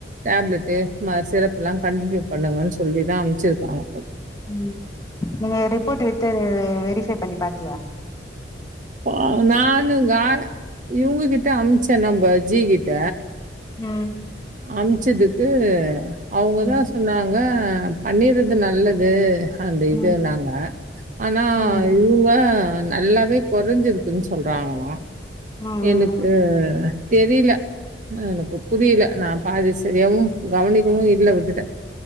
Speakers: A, on the right; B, on the left.
A: டேப்லெட்டு மறு சிரப்பலாம் கன்டினியூ பண்ணுங்கன்னு சொல்லி தான் அமுச்சுருக்காங்க
B: ம் நீங்க ரிப்போர்ட் வச்சி வெரிபை பண்ணி பாத்
A: ஆ நானுங்க இவங்ககிட்ட அமுச்சேன் நம்ம ஜி கிட்ட
B: ம்
A: அமுச்சதுக்கு அவங்கதான்
B: ம்
A: சொன்னாங்க பண்ணிறது நல்லது அந்த இதுனாங்க
B: ம்
A: ஆனா
B: ம் ம்
A: இவங்க நல்லாவே கொறைஞ்சிருக்குது சொல்றாங்களாம்
B: ம்
A: எனக்கு தெரியல எனக்கு புரியல நான் பாதி சரியாவும் கவனிக்கவும் இல்ல விட்டுட்டேன்